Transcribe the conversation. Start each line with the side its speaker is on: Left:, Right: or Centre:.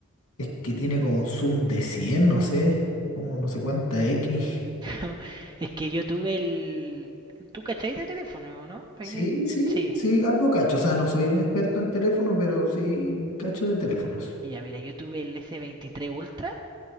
Left: Es que tiene como un zoom de 100, no sé, como no sé cuánta X.
Right: <laughs> Es que yo tuve el. ¿Tú cacháis de teléfono, no? Byron?
Left: Sí, sí,
Right: Sí.
Left: sí, algo cacho. O sea, no soy un experto en teléfono, pero sí cacho de teléfonos.
Right: Ya, mira, yo tuve el S23 Ultra.